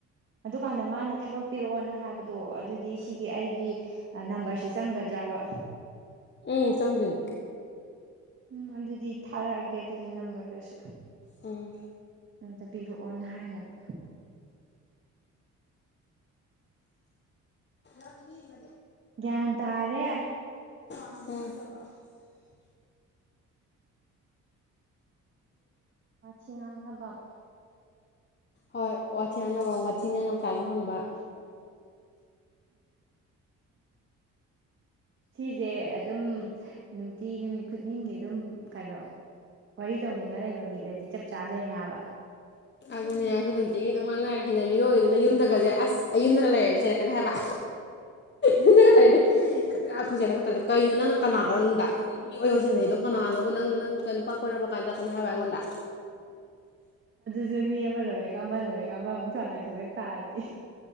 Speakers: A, on the right (about 40°); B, on the left (about 35°).
A: ꯑꯗꯨꯀꯥꯟꯗ ꯃꯥꯅ ꯊꯕꯛ ꯄꯤꯔꯛꯑꯣꯅ ꯍꯥꯏꯕꯗꯣ ꯑꯗꯨꯗꯤ ꯗꯤ ꯁꯤꯒꯤ ꯑꯩꯒꯤ ꯅꯝꯕꯔꯁ ꯆꯪꯒꯗ꯭ꯔꯕ
B: ꯎꯝ ꯆꯝꯗꯅꯤ
A: ꯎꯝ ꯑꯗꯨꯗꯤ ꯊꯥꯔꯛꯑꯒꯦ ꯑꯗꯨꯒꯤ ꯅꯝꯕꯔꯗꯨꯁꯨ
B: ꯎꯝ
A: ꯑꯗꯨꯝꯇ ꯄꯤꯔꯛꯑꯣꯅ ꯍꯥꯏꯅꯕ
B: ꯑ ꯃꯤ ꯃ
A: ꯒ꯭ꯌꯥꯟ ꯇꯥꯔꯦ
B: ꯍ
A: ꯇ ꯋꯥ ꯉꯒ ꯋꯥꯝ
B: ꯍꯣꯏ ꯋꯥꯆꯤ ꯌꯥꯅꯕ ꯋꯥꯊꯤ
A: ꯉꯥꯡꯅꯕ
B: ꯉꯝ ꯀꯌꯥꯥꯁꯨ
A: ꯑꯃꯗꯤ
B: ꯐꯪꯕ
A: ꯂꯩ ꯁꯤꯁꯦ ꯑꯗꯨꯝ ꯅꯨꯡꯇꯤ ꯅꯨꯃꯤꯠ ꯈꯨꯗꯤꯡꯒꯤ ꯑꯗꯨꯝ ꯀꯩꯅꯣ ꯋꯥꯔꯤ ꯇꯧꯅꯤꯡꯉ ꯂꯩꯕ ꯃꯤꯗꯗꯤ ꯆꯞ ꯆꯥꯗꯣꯏꯅꯦ ꯍꯥꯏꯕ
B: ꯑꯗꯨꯅꯦꯡꯁꯦ ꯅꯨꯡꯇꯤꯒꯤ ꯅꯨꯡ ꯉꯥꯡ ꯅꯥꯏꯔꯦ ꯍꯩꯅꯕꯤꯒꯤ ꯑꯣꯏꯗꯅ ꯌꯨꯝꯗꯒꯁꯦ ꯑꯁ ꯑꯩ ꯌꯗꯨꯒ ꯂꯩ ꯍꯥꯏ ꯆꯔꯀꯅ ꯍꯥꯏꯦꯕ ꯌꯒ ꯂꯩ ꯍꯥꯏꯦ ꯑꯩꯈꯣꯏꯁꯦꯅ ꯅꯛꯇꯕꯁ ꯀꯔꯤꯣ ꯅꯪꯅ ꯀꯅꯥꯒꯔꯣ ꯅꯨꯡꯗꯥꯡꯒꯤ ꯑꯣꯏꯣꯏꯁꯟꯍꯩꯗꯣ ꯀꯅꯥꯅꯣ ꯅꯪ ꯅꯪ ꯅꯨꯄꯥ ꯀꯣꯏꯔꯕ ꯀꯥꯏꯅꯗ ꯀꯅ ꯍꯥꯏꯕ ꯑꯩꯉꯣꯟꯗ
A: ꯃꯤ ꯃꯤ ꯑꯃ ꯂꯔ ꯀ ꯑꯃ ꯆꯖꯔꯒ ꯑꯃꯃꯨꯛ ꯆꯅ ꯈꯂ ꯇꯥꯗꯤꯦ